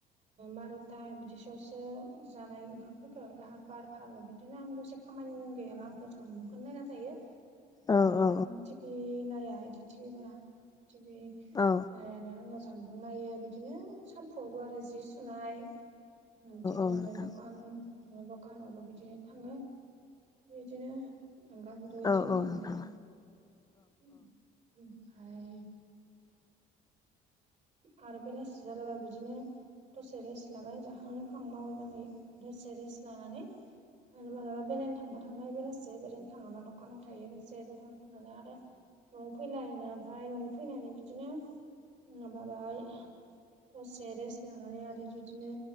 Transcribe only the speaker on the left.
औ
औ औ
औ
नोंथां औ नोंथां औ
औ औ नोंथां
औ
नोंथां
औ